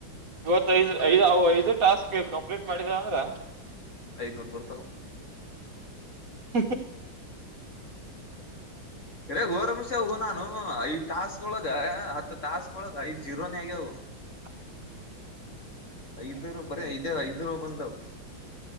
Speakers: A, on the right; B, on the left.
A: ಇವತ್ತೈದು್ ಐದು ಐದು ಟಾಸ್ಕ್ ಕಂಪ್ಲೀಟ್ ಮಾಡಿದ ಅಂದ್ರ
B: ಐನೂರು ಬರ್ತಾವ
A: ಹ
B: ರೇ ೋರಮಿಷೂ ನಾನು ಐದ್ ತಾಾಸ ಒಳ ಹತ್ತು ತಾಸ್ಗಳೊಳಗ ಐದ್ ಜೀರೋನೇ ಆಗ್ಯವು
A: <unintelligible>
B: ಐದು ರೂ ಬರ ಐದ ಐದ್ ರೂ ಬಂದವು